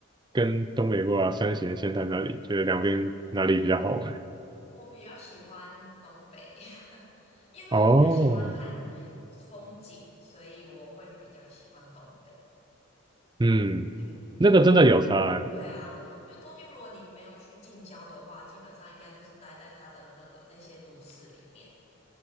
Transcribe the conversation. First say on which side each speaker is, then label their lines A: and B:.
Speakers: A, on the right; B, on the left.
A: 跟东北部啊，山形、仙台那里，觉得两边哪里比较好玩？
B: 我比较喜欢东北，<laughs> 因为我比较喜欢看
A: 哦，
B: 风景，所以我会比较喜欢东北。
A: 嗯，
B: 就东京，
A: 那个真的有差欸，
B: 对啊，因为东京如果你没有去近郊的话，基本上应该就是待在它的那个那些都市里面。